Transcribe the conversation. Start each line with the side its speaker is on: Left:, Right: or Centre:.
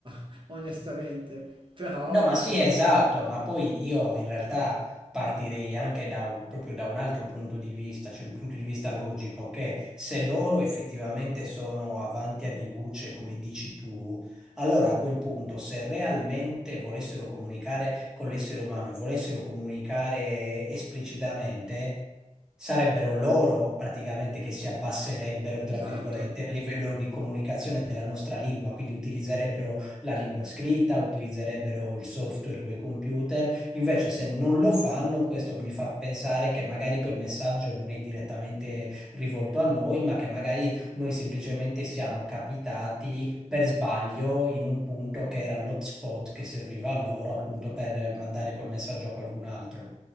Right: <laughs> onestamente. Però,
Centre: No, ma sì, esatto, ma poi io in realtà partirei anche da un- proprio da un altro punto di vista, cioè il punto di vista logico, che se loro effettivamente sono avanti anni luce, come dici tu, allora a quel punto, se realmente volessero comunicare con l'essere umano e volessero comunicare esplicitamente, sarebbero loro praticamente che si abbasserebbero,
Right: esatto.
Centre: tra virgolette, a livello di comunicazione della nostra lingua, quindi utilizzerebbero la lingua scritta, utilizzerebbero il software con i computer. Invece, se non lo fanno, questo mi fa pensare che magari quel messaggio non è direttamente rivolto a noi, ma che magari noi semplicemente siamo capitati per sbaglio in un punto che era l'hotspot che serviva a loro appunto per mandare quel messaggio a qualcun altro.